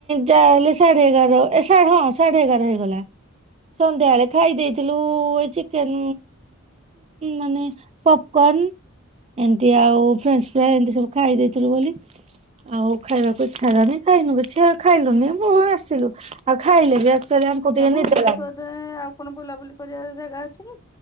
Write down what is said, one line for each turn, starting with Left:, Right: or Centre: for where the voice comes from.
Right: ଯାହେଲେ ସାଢେ ଏଗାର ଏ ହଁ ସାଢେ ଏଗାର ହେଇଗଲା ସନ୍ଧ୍ୟାବେଳେ ଖାଇ ଦେଇଥିଲୁ ଏ ଚିକେନ୍ ମାନେ ପପକନ୍ ଏମତି ଆଉ ଫ୍ରେଞ୍ଚ ଫ୍ରାଏ ଏମତି ସବୁ ଖାଇ ଦେଇଥିଲୁ ବୋଲି ଆଉ ଖାଇବାକୁ ଇଚ୍ଛା ହେଲାନି ଖାଇନୁ କିଛି ଆଉ ଖାଇଲୁନି ମୁଁ ଆସିଲୁ ଆଉ ଖାଇଲେ ବି ଆକ୍ଚୁଆଲି ଆମକୁ ଟିକେ
Left: ନା ଭୁବନେଶ୍ୱର୍
Right: ନିଦ ଲାଗେ।
Left: ରେ ଆଉ କଣ ବୁଲାବୁଲି <unintelligible> ଜାଗା ଅଛି କି